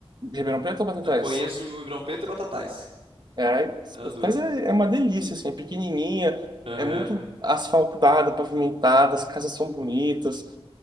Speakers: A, on the right; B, on the right.
A: Ribeirão Preto ou Batatais?
B: Eu conheço o Ribeirão Preto e Batatais.
A: É,
B: As
A: Batatais
B: duas.
A: é, é uma delícia, assim, é pequenininha,
B: Aham.
A: é muito asfaltada, pavimentada, as casas são bonitas,